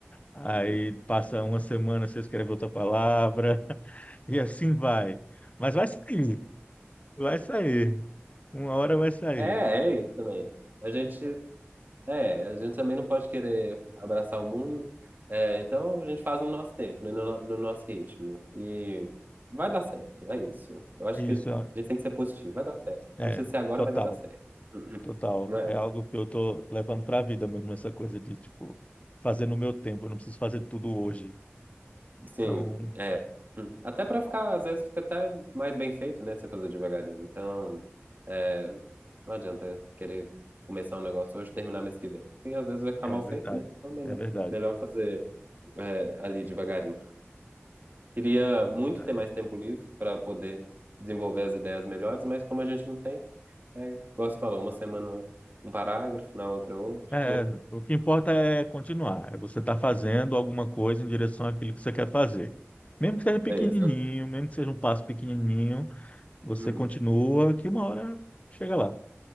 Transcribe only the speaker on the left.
aí
passa uma semana você escreve outra palavra, <laughs> e assim vai. Mas vai sair, vai sair. Uma hora vai sair.
Isso,
é,
total.
Total,
é algo que eu tô levando para a vida mesmo, essa coisa de, tipo, fazer no meu tempo, eu não preciso fazer tudo hoje.
Então,
é
verdade,
é verdade,
é
verdade.
É, o que importa é continuar, é você estar fazendo alguma coisa em direção àquilo que você quer fazer. Mesmo que seja pequenininho,
mesmo que seja um passo pequenininho, você
continua, que uma hora chega lá.